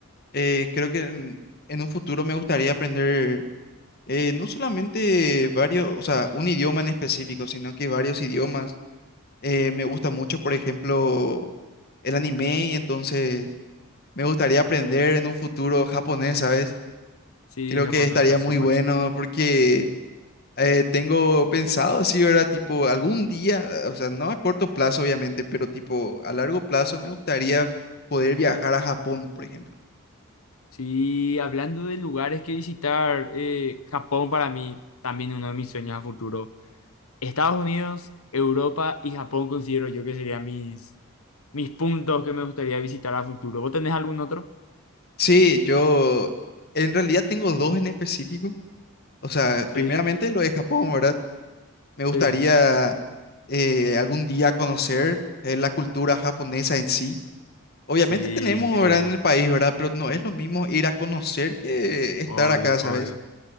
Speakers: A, on the left; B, on the left.
A: eh, creo que en, en un futuro me gustaría aprender eh, no solamente varios, o sea, un idioma en específico, sino que varios idiomas. Eh, me gusta mucho, por ejemplo, el anime y entonces me gustaría aprender en un futuro japonés, ¿sabes?
B: Sí,
A: Creo
B: japonés
A: que estaría
B: está súper.
A: muy bueno porque eh, tengo pensado así, ¿verdad? Tipo, algún día, o sea, no a corto plazo, obviamente, pero tipo, a largo plazo me gustaría poder viajar a Japón, por ejemplo.
B: Sí, hablando de lugares que visitar, eh, Japón para mí también uno de mis sueños a futuro. Estados Unidos, Europa y Japón considero yo que serían mis, mis puntos que me gustaría visitar a futuro. ¿Vos tenés algún otro?
A: Sí, yo en realidad tengo dos en específico. O sea,
B: Sí,
A: primeramente lo de Japón, ¿verdad? Me
B: sí,
A: gustaría eh, algún día conocer eh, la cultura japonesa en sí. Obviamente
B: sí,
A: tenemos,
B: increíble.
A: ¿verdad? En el país, ¿verdad? Pero no es lo mismo ir a conocer que estar
B: Obvio,
A: acá, ¿sabes?
B: obvio.